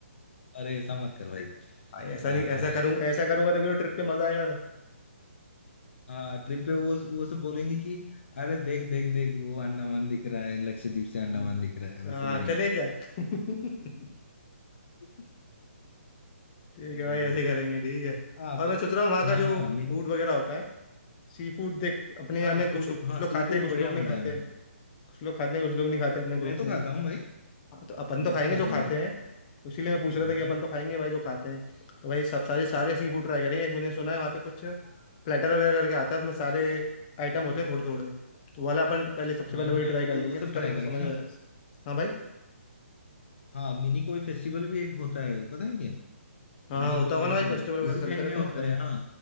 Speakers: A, on the left; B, on the left.
A: अरे ऐसा मत कर भाई
B: भाई ऐसा
A: हाँ
B: नहीं ऐसा
A: <laughs>
B: करूंगा ऐसा करूंगा तभी तो ट्रिप पे मजा आएगा
A: हाँ ट्रिप पे वो वो सब बोलेंगे कि अरे देख देख देख वो अंडमान दिख रहा है लक्षद्वीप से अंडमान
B: हम्म,
A: दिख रहा है वैसे
B: हाँ
A: बोलेंगे
B: चलें क्या <laughs>
A: <laughs>
B: ठीक
A: अरे
B: है भाई ऐसे ही करेंगे ठीक है
A: हाँ मिन
B: और मैं सोच रहा हूँ वहाँ का
A: हाँ
B: जो
A: मिन
B: फूड वगैरह होता है सी फूड देख अपने
A: हाँ
B: यहाँ में कुछ
A: फूड
B: कुछ
A: हाँ
B: लोग
A: सी
B: खाते
A: फूड
B: हैं कुछ
A: बढ़िया
B: लोग नहीं
A: मिलता
B: खाते
A: है
B: हैं कुछ लोग खाते हैं कुछ लोग नहीं खाते अपने ग्रुप
A: मैं तो
B: में
A: खाता हूँ भाई
B: हाँ, तो अपन तो
A: मैं
B: खाएंगे
A: तो खाता
B: जो खाते
A: हूँ भाई
B: हैं इसीलिए मैं पूछ रहा
A: हाँ
B: था कि अपन तो खाएंगे भाई जो खाते हैं तो भाई सब सारे सारे सी फूड ट्राई करेंगे एक मैंने सुना है वहाँ पे कुछ प्लेटर वगैरह करके आता है उसमें सारे आइटम होते हैं थोड़े थोड़े तो वाला अपन पहले सबसे
A: हाँ
B: पहले
A: हाँ
B: वही ट्राई
A: वो
B: कर लेंगे
A: वो सब
B: तो उसका
A: ट्राई
B: तो अपने
A: करेंगे
B: समझ
A: ना
B: में आया। हाँ भाई
A: हाँ मिनी कोई फेस्टिवल भी एक होता है पता है क्या
B: हाँ हाँ
A: मिनी
B: होता
A: कोई
B: होगा
A: फेस्टिवल
B: ना भाई फेस्टिवल वगैरह
A: उसी
B: चलते
A: टाइम
B: रहते
A: में होता
B: ना उधर
A: है हाँ